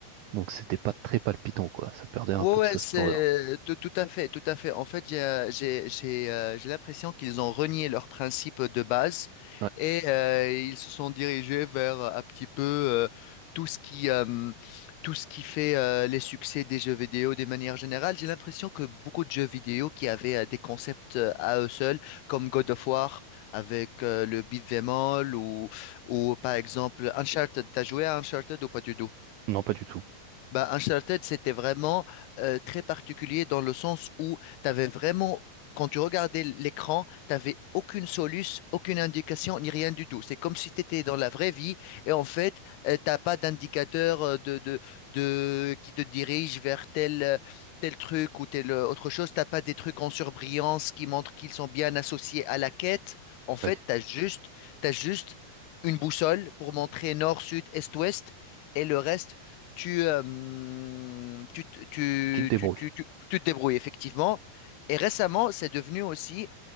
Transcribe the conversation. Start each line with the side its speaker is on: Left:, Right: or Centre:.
Right: Donc, c'était pas très palpitant, quoi. Ça perdait un
Left: Ouais,
Right: peu
Left: ouais,
Right: de sa
Left: c'est
Right: splendeur.
Left: tout, tout à fait, tout à fait. En fait, j'ai euh, j'ai j'ai, euh, j'ai l'impression qu'ils ont renié leurs principes de base
Right: Ouais,
Left: et euh, ils se sont dirigés vers euh, un petit peu euh, tout ce qui euh, tout ce qui fait euh, les succès des jeux vidéo de manière générale. J'ai l'impression que beaucoup de jeux vidéo qui avaient euh, des concepts euh, à eux seuls, comme God of War avec euh, le beat'em all ou ou par exemple Uncharted. T'as joué à Uncharted ou pas du tout?
Right: non, pas du tout.
Left: Bah, Uncharted, c'était vraiment euh, très particulier dans le sens où tu avais vraiment, quand tu regardais l'écran, tu n'avais aucune soluce, aucune indication, ni rien du tout. C'est comme si tu étais dans la vraie vie et en fait, tu t'as pas d'indicateur euh, de, de, de, qui te dirige vers tel, euh, tel truc ou telle euh, autre chose. T'as pas des trucs en surbrillance qui montrent qu'ils sont bien associés à la quête. En fait,
Right: Ouais,
Left: tu as juste, t'as juste une boussole pour montrer nord, sud, est, ouest et le reste tu, euh, hum, tu, tu,
Right: tu te débrouilles.
Left: tu, tu, tu- tu te débrouilles effectivement. Et récemment, c'est devenu aussi